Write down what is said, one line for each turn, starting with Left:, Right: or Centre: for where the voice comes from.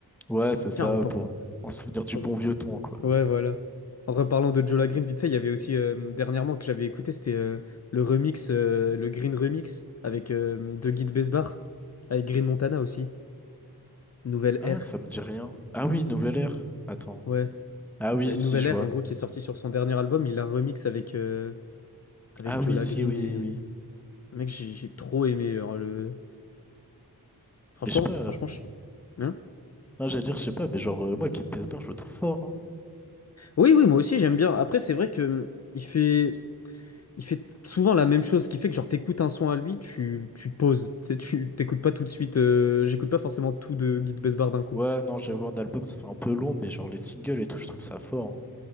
Centre: Ouais, c'est ça,
Left: Tiens, repen-
Centre: pour en souvenir du
Left: re-
Centre: bon vieux temps, quoi.
Left: Ouais, voilà. En reparlant de Jola Green, vite fait, il y avait aussi euh, dernièrement que j'avais écouté, c'était euh, le remix, euh, le Green Remix avec euh, de Guy de Besbar, avec Green Montana aussi. Nouvelle
Centre: Ah,
Left: Ère.
Centre: ça me dit rien. Ah oui, Nouvelle Ère. Attends.
Left: Ouais.
Centre: Ah oui,
Left: Bah,
Centre: si,
Left: Nouvelle
Centre: je
Left: Ère,
Centre: vois.
Left: en gros, qui est sorti sur son dernier album, il a remix avec, euh, avec
Centre: Ah oui,
Left: Jola
Centre: si,
Left: Green
Centre: oui,
Left: et.
Centre: oui.
Left: Mec, j'ai j'ai trop aimé. genre, le... Franchement,
Centre: Mais je sais pas. euh,
Left: franchement, je- Hein
Centre: Non, j'allais dire, je sais pas, mais genre, euh, moi, Kid Bessbar, je le trouve fort, hein.
Left: oui, oui, moi aussi j'aime bien. Après, c'est vrai que hum, il fait. Il fait souvent la même chose, ce qui fait que genre t'écoutes un son à lui, tu, tu te poses, tu sais, tu t'écoutes pas tout de suite, euh, j'écoute pas forcément tout de Guy de Besbar d'un coup.
Centre: Ouais, non, j'avoue, un album, ça fait un peu long, mais genre, les singles et tout, je trouve ça fort. hein.